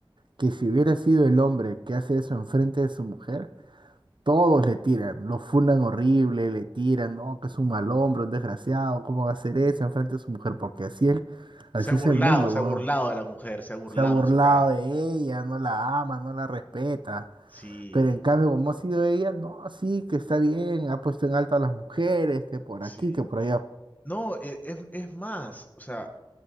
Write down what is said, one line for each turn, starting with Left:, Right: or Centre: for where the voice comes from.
Right: que si hubiera sido el hombre que hace eso enfrente de su mujer, todos le tiran, lo fundan horrible, le tiran, no, que es un mal hombre, un desgraciado, ¿cómo va a hacer eso enfrente de su mujer? Porque así es, así
Left: Se ha burlado,
Right: es el mundo,
Left: se
Right: weón.
Left: ha burlado a la mujer, se ha burlado
Right: Se ha burlado
Left: en su cara.
Right: de ella, no la ama, no la respeta.
Left: Sí,
Right: Pero en cambio, como ha sido ella, no, sí, que está bien, ha puesto en alto a las mujeres, que por
Left: sí.
Right: aquí, que por allá.
Left: No, e- es, es más, o sea,